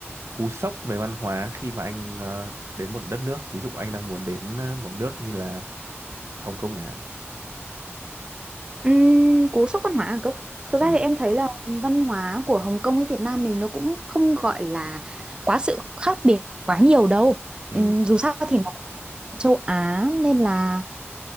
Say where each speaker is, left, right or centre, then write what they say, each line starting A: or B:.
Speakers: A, on the right (about 80°); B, on the right (about 20°).
A: cú sốc về văn hóa khi mà anh ờ, đến một đất nước ví dụ anh đang muốn đến ờ, một nước như là Hồng Kông chẳng hạn.
B: Ừm, cú sốc văn hóa à cơ thực
A: Ừ.
B: ra thì em thấy là văn hóa của Hồng Kông với Việt Nam mình nó cũng không gọi là quá sự khác biệt quá nhiều đâu
A: Ừ.
B: Ừm, dù sao thì nó cũng là châu Á nên là